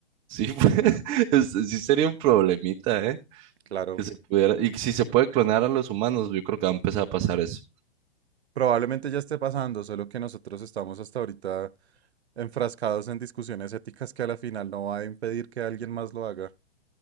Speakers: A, on the right (about 20°); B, on the right (about 80°).
A: Sí, <laughs> pues, es- sí sería un problemita, ¿eh?
B: Claro,
A: Que se pudiera, y si se puede clonar a los humanos, yo creo que va a empezar a pasar eso.
B: probablemente ya esté pasando, solo que nosotros estamos hasta ahorita enfrascados en discusiones éticas que a la final no va a impedir que alguien más lo haga.